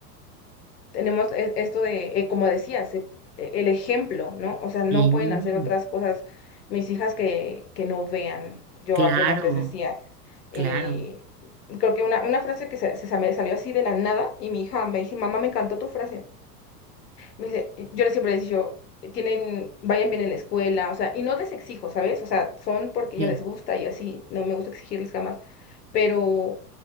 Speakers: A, on the left; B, on the right.
A: tenemos e- esto de, eh, como decías, e- el ejemplo, ¿no? O sea, no
B: sí,
A: pueden hacer otras cosas mis hijas que, que no vean. Yo
B: claro,
A: apenas les decía,
B: claro,
A: eh, creo que una, una frase que se, se sa- me salió así de la nada y mi hija me dice, mamá, me encantó tu frase. Me dice, yo les siempre les digo, tienen, vayan bien en la escuela, o sea, y no les exijo, ¿sabes? O sea, son porque
B: sí,
A: ya les gusta y así, no me gusta exigirles jamás pero